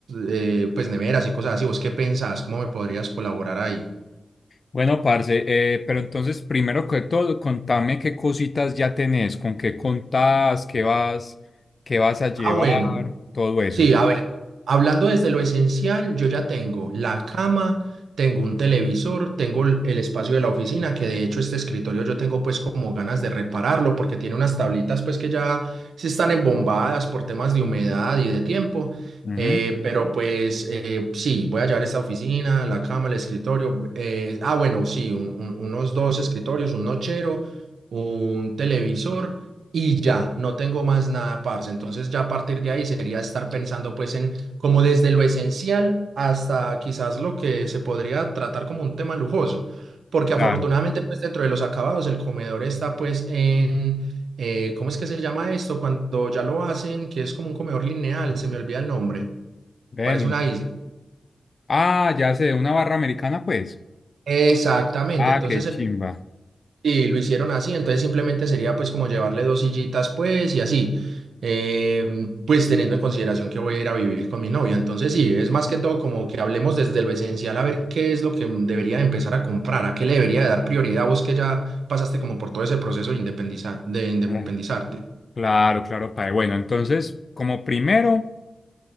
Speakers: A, on the right; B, on the left.
A: eh, pues neveras y cosas así. ¿Vos qué pensás? ¿Cómo me podrías colaborar ahí?
B: Bueno, parce, eh, pero entonces, primero que todo, contame qué cositas ya tenés, con qué contás, qué vas, qué vas a llevar,
A: Ah, bueno.
B: todo eso.
A: Sí, a ver, hablando desde lo esencial, yo ya tengo la cama, tengo un televisor, tengo el el espacio de la oficina, que de hecho este escritorio yo tengo pues como ganas de repararlo porque tiene unas tablitas pues que ya se están embombadas por temas de humedad y de tiempo,
B: Ujú,
A: eh, pero pues eh, sí, voy a llevar esta oficina, la cama, el escritorio, eh, ah bueno, sí, un- un- unos dos escritorios, un nochero, un televisor y ya, no tengo más nada, parce. Entonces ya a partir de ahí sería estar pensando pues en como desde lo esencial hasta quizás lo que se podría tratar como un tema lujoso, porque afortunadamente
B: Claro.
A: pues dentro de los acabados el comedor está pues en, eh, ¿cómo es que se llama esto? Cuando ya lo hacen, que es como un comedor lineal, se me olvida el nombre,
B: Bueno.
A: parece una isla.
B: Ah, ya sé, una barra americana, pues.
A: Exactamente,
B: Ah,
A: entonces
B: qué
A: el
B: chimba.
A: Y lo hicieron así, entonces simplemente sería pues como llevarle dos sillitas pues y así, Em, pues teniendo en consideración que voy a ir a vivir con mi novia, entonces sí, es
B: Ujú.
A: más que todo como que hablemos desde lo esencial a ver qué es lo que debería empezar a comprar, a qué le debería dar prioridad vos que ya pasaste como por todo ese proceso de independizar, de independizarte.
B: Cla- Claro, claro, padre. Bueno, entonces, como primero,